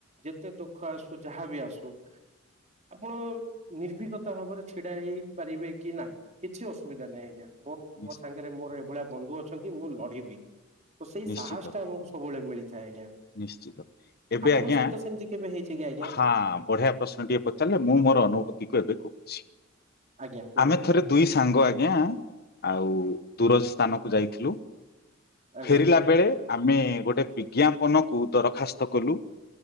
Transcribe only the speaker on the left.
ନିଶ୍-
ନିଶ୍ଚିତ
ନିଶ୍ଚିତ ଏବେ
ଆଜ୍ଞା
ହଁ ମୁଁ ବଢିଆ ପ୍ରଶ୍ନଟିିକେ ପଚାରିଲେ ମୁଁ ମୋର ଅନୁଭୂତିକୁ ଏବେ କହୁଛି
ଆମେ ଥରେ ଦୁଇ ସାଙ୍ଗ ଆଜ୍ଞା ଆଉ ଦୂର ସ୍ଥାନକୁ ଯାଇଥିଲୁ।
ଫେରିଲା ବେଳେ ଆମେ ଗୋଟେ ବିଜ୍ଞାପନ କୁ ଦରଖାସ୍ତ କଲୁ।